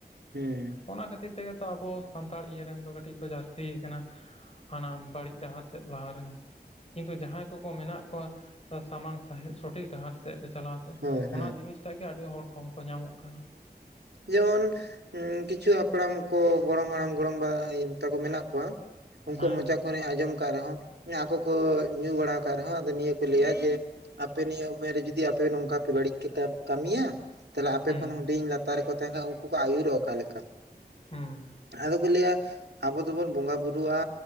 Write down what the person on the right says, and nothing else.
ᱦᱩᱸ
ᱦᱳᱭ
ᱦᱳᱭ
ᱡᱮᱢᱚᱱ ᱾ ᱦᱩᱸ ᱠᱤᱪᱷᱩ ᱦᱟᱯᱲᱟᱢ ᱠᱚ ᱜᱚᱲᱚᱢ ᱦᱟᱲᱟᱢ ᱜᱚᱲᱚᱢ ᱵᱟ ᱛᱟᱠᱩ ᱢᱮᱱᱟᱜ ᱠᱚᱣᱟ ᱾ ᱩᱱ
ᱠᱩᱣᱟ ᱢᱚᱪᱟ ᱠᱷᱚᱱ ᱤᱧ ᱟᱸᱡᱚᱢ ᱟᱠᱟᱫ ᱨᱮᱦᱚᱸ ᱟᱠᱚ ᱠᱚ ᱧᱩ ᱵᱟᱲᱟ ᱟᱠᱟᱫ ᱨᱮᱦᱚᱸ ᱟᱫᱚ ᱱᱤᱭᱟᱹ ᱠᱚ ᱞᱟᱹᱭᱟ ᱡᱮ ᱟᱯᱮ ᱱᱤᱭᱟᱹ ᱩᱢᱮᱨ ᱨᱮ ᱡᱩᱫᱤ ᱟᱯᱮ ᱱᱚᱝᱠᱟ ᱯᱮ ᱵᱟᱹᱲᱤᱡ ᱯᱮ ᱠᱟ-ᱠᱟᱹᱢᱤᱭᱟ᱾ ᱛᱟᱦᱞᱮ ᱟᱯᱮ
ᱠᱷᱚᱱ ᱦᱩᱰᱤᱧ ᱞᱟᱛᱟᱨ ᱨᱮ ᱠᱚ ᱛᱟᱦᱮᱸᱱᱟ ᱩᱱᱠᱩ ᱠᱚ ᱟᱹᱭᱩᱨᱚᱜ ᱚᱠᱟ ᱞᱮᱠᱟ?
ᱟᱫᱚ ᱠᱚ ᱞᱟᱹᱭᱟ ᱟᱵᱚ ᱫᱚᱵᱚᱱ ᱵᱚᱸᱜᱟ ᱵᱩᱨᱩᱜᱼᱟ